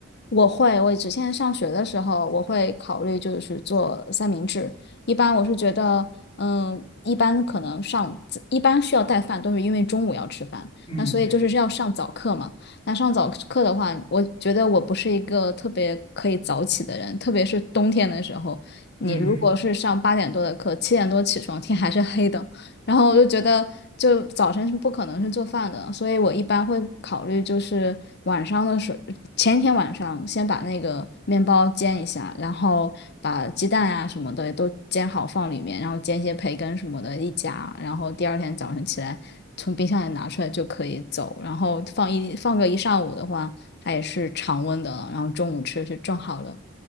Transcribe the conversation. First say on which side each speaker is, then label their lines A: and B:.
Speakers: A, on the left; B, on the left.
A: 我会，我之前上学的时候，我会考虑就是做三明治。一般我是觉得，嗯，一般可能上，一般需要带饭，都是因为中午要吃饭，
B: 嗯，
A: 那所以就是要上早课嘛。
B: 对，
A: 那上早课的话，我觉得我不是一个特别可以早起的人，特别是冬天的时候，你如果是上八点多的课，
B: 嗯哼
A: 七点多起床，天还是黑的，然后我就觉得，就早晨是不可能是做饭的，所以我一般会考虑就是晚上的时候，前一天晚上先把那个面包煎一下，然后把鸡蛋啊什么的都煎好放里面，然后煎一些培根什么的一夹，然后第二天早晨起来从冰箱里拿出来就可以走，然后放一放个一上午的话，它也是常温的了然后中午吃是正好的。